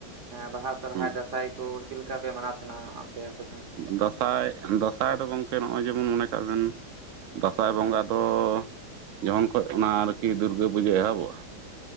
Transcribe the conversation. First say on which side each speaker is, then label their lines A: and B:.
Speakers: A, on the right (about 55°); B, on the right (about 75°).
A: ᱦᱮᱸ ᱵᱟᱦᱟ ᱥᱚᱨᱦᱟᱭ
B: ᱦᱮᱸ
A: ᱫᱟᱸᱥᱟᱭ ᱠᱚ ᱪᱮᱫ ᱞᱮᱠᱟ ᱯᱮ ᱢᱟᱱᱟᱣ ᱛᱟᱦᱮᱸᱱᱟ ᱟᱯᱮ ᱟᱯᱮ ᱥᱮ
B: ᱫᱟᱸᱥᱟᱭ ᱫᱟᱸᱥᱟᱭ ᱫᱚ ᱜᱚᱢᱠᱮ ᱱᱚᱜᱼᱚᱭ ᱡᱮᱢᱚᱱ ᱢᱚᱱᱮ ᱠᱟᱜ ᱵᱮᱱ ᱫᱟᱸᱥᱟᱭ ᱵᱚᱸᱜᱟ ᱫᱚ ᱡᱚᱠᱷᱚᱱ ᱠᱷᱚᱱ ᱚᱱᱟ ᱟᱨᱠᱤ ᱫᱩᱨᱜᱟᱹ ᱯᱩᱡᱟᱹ ᱮᱦᱚᱵᱚᱜᱼᱟ